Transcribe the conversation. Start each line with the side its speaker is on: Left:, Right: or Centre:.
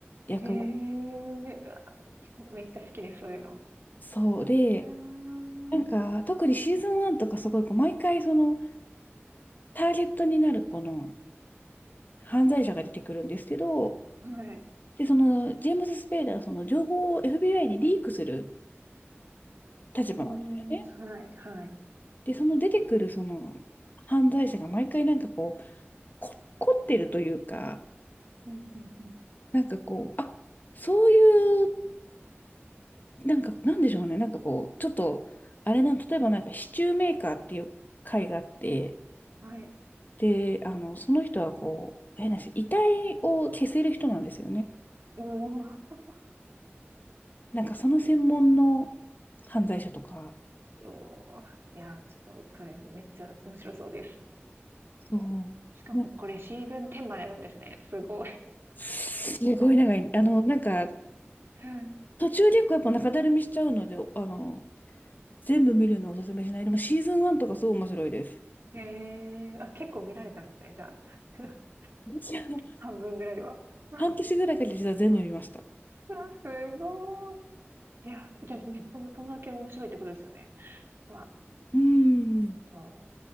Left: 役を、
Right: へえ。うわめっちゃ好きです、そういうの。
Left: そうで、
Right: うーん。
Left: なんか特にシーズン1とかすごいこう毎回その
Right: は
Left: ターゲットになるこの犯罪者が出てくるんですけど、
Right: い。う
Left: で、そのジェームス・スペイダーはその情報を FBI にリークする立場なんですよね。
Right: ーん。はい。はい。
Left: で、その出てくるその犯罪者が毎回なんかこう、こ、凝ってるというか、
Right: うん、うん、うん。
Left: なんかこう、あ、そういうなんか、なんでしょうね。なんかこう、ちょっと、あれなん、例えばなんかシチューメーカーっていう会があって、
Right: はい。
Left: で、あの、その人はこう、変な話、遺体を消せる人なんですよね。
Right: おー、
Left: なんかその専門の犯罪者とか、
Right: そう。いやー、ちょっと、それめっちゃ面白そうです。
Left: そう。
Right: しかも、
Left: な
Right: これシーズン10まであるんですね。すごい。
Left: すごい長い。あの、なんか、
Right: うん
Left: 途中で結構やっぱ中だるみしちゃうので、あの、全部見るのをおすすめしない。でもシーズン1とかすごい面白いです。
Right: へえ、あ、結構見られたんですね、じゃあ。<laughs>
Left: 私、あの、
Right: 半分ぐらいは。<laughs> あ、
Left: 半年ぐらいかけて実は全部見ました。
Right: あすごい。いや、じゃあ、めっちゃそんだけ面白いってことですよね。まあ、
Left: うん。
Right: そ